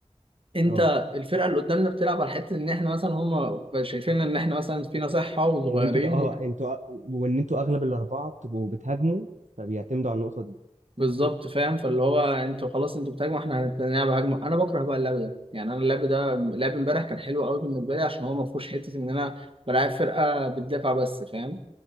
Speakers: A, on the right; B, on the right.
A: انت
B: اه
A: الفرقة اللي قدامنا بتلعب على حتة ان احنا مثلا هم شايفين ان احنا مثلا فينا صحة وصغيرين
B: ان انتوا ت- اه انتوا وان انتوا اغلب الاربعة بتبقوا بتهاجموا فبيعتمدوا على النقطة دي
A: بالظبط فاهم فاللي هو انتوا خلاص انتوا بتهاجموا احنا هنلعب هجمه انا بكره بقى اللعب ده يعني انا اللعب ده لعب امبارح كان حلو قوي بالنسبه لي عشان هو ما فيهوش حته ان انا بلعب فرقه بتدافع بس فاهم